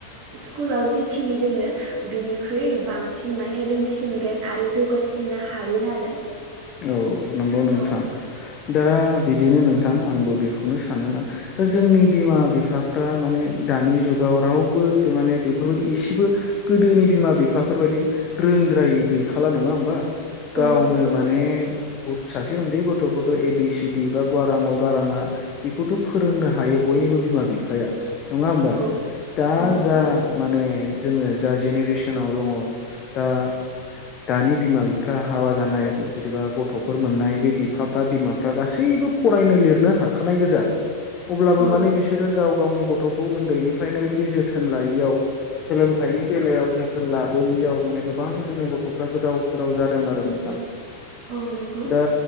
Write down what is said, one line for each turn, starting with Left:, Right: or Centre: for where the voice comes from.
Right: स्कुलाव जिखिनि रोङो बिनिख्रुइ बांसिन माने मे रोंसिनगोन आरो जौगासिननो हागोन आरो।
Left: औ नंगौ नोंथां।
Right: औ
Left: दा बिदिनो नोंथां आंबो बेखौनो सानोना दा जोंनि बिमा बिफाफ्रा माने दानि जुगाव रावबो बे माने बेफोरबायदि एसेबो गोदोनि बिमा बिफाफोरबायदि रों द्राय गैखाला नङा होमबा गावनो
Right: औ नंगौ
Left: माने सासे उन्दै गथ'खौथ' ए बि सिडि बा गाराङाव गाराङा बेखौथ' फोरोंनो हायो बयनि निबो बिमा बिफाया नङा हबा
Right: औ
Left: दा
Right: औ नंगौ
Left: जा माने जोङो जा जेनेरेसनाव दङ दा दानि बिमा बिफा हाबा जानाय जदिबा गथ'फोर मोननाय बे बिफाफ्रा बिमाफ्रा गासैबो फरायनो लिरनो हाखानाय गोजा अब्लाबो
Right: औ
Left: माने बिसोरो गाव गावनि गथ' गथ'खौ उन्दैनिफ्रायनो बेबायदि जोथोन लायैयाव सोलोंथाइनि बेलायाव जोथोन लाबोयियाव माने गोबां जोंनि गथ'फ्रा गोदाव सोराव जादों आरो नोंथां।
Right: औ नंगौ।
Left: दा